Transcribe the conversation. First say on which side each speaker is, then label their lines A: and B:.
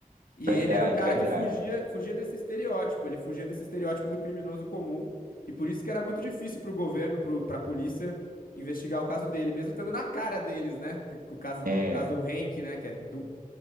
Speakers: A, on the left (about 80°); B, on the right (about 80°).
A: E
B: verdade,
A: ele era um cara
B: verdade.
A: que fugia, fugia desse estereótipo, ele fugia desse estereótipo do criminoso comum, e por isso que era muito difícil pro governo, pro, pra polícia, investigar o caso dele, mesmo estando na cara deles, né? Que- que O caso,
B: É.
A: o caso do Hank, né? Que é do